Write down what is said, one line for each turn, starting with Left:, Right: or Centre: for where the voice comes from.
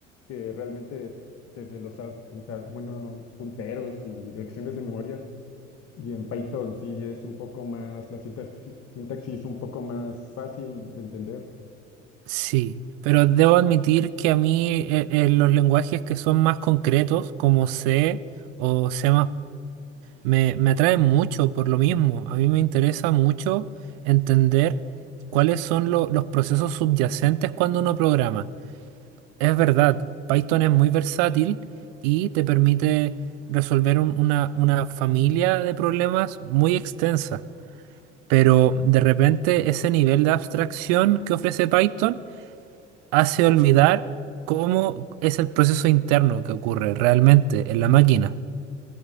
Left: que realmente desde los apunta- bueno, punteros y direcciones de memoria. Y en Python sí es un poco más, la sintaxis, sintaxis es un poco más fácil de entender.
Right: Sí, pero debo admitir que a mí eh, eh, los lenguajes que son más concretos, como C o C++, me, me atraen mucho por lo mismo. A mí me interesa mucho entender cuáles son lo- los procesos subyacentes cuando uno programa. Es verdad, Python es muy versátil y te permite resolver un- una, una familia de problemas muy extensa, pero de repente ese nivel de abstracción que ofrece Python hace olvidar cómo es el proceso interno que ocurre realmente en la máquina.